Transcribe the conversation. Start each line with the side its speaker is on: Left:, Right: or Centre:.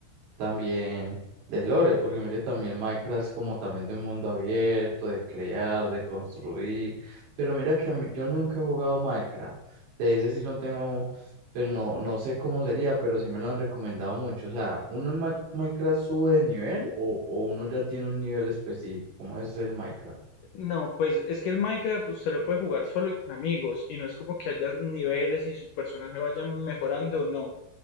Right: también de lore, porque mire también Minecraft es como también de un mundo abierto, de crear, de construir, pero mira que a mí- yo nunca he jugado Minecraft, de ese sí no tengo, pero no, no sé cómo sería, pero sí me lo han recomendado mucho, o sea, ¿uno en Ma- Minecraft sube de nivel o, o uno ya tiene un nivel específico? ¿Cómo es el Minecraft?
Left: No, pues es que el Minecraft usted lo puede jugar solo y con amigos, y no es como que haya niveles y su personaje vaya mejorando, no.